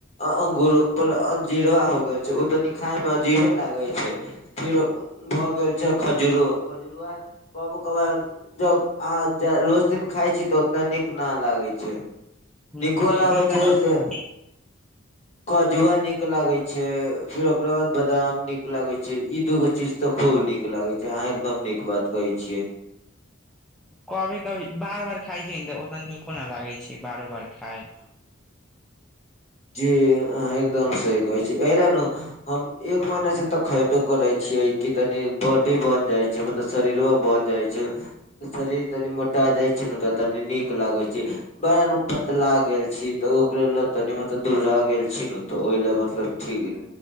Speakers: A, on the left (about 30°); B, in the centre.
A: अं-अं -अंगूरबला अंजीराबा हो गइल छै उ तनी खाय में जीह में लागइ छै फिर भऽ गेल छै खजूरो खजुरआ कबो कभार- जब अहाँ ज-रोज दिन खाइ छी तऽ ओते नीक ना लागय छै।
B: जी
A: बिकबऽलागै
B: ई तऽ
A: छै जय
B: बात
A: से
B: छै।
A: काजुआ नीक लागय छै, फिर ओकरा बाद बदाम नीक लागय छै, इ दुूगो चीज तऽ खूब नीक लागय छै, अहाँ एकदम नीक बात कहय छियै।
B: कभी-कभी, बार-बार खाइत छै ने तऽ ओसभ नीको नहि लागैत छै बारो बार खाय
A: जी, अहाँ एकदम सही कहैत छी। एहि लेल ने हम एक महीना से तऽ खयबे करै छियै, कि तनी बॉडी बन जाइ छै मतलब शरीरो बन जाइ छै। शरीर तनी मोटा जाइ छै ने, तऽ तनी नीक लागै छै। बड़ा नु पतला गेल छी, तऽ ओकरे लए तनि मत तऽ दुबरा गेल छी ने, तऽ ओहि लए मतलब ठीक,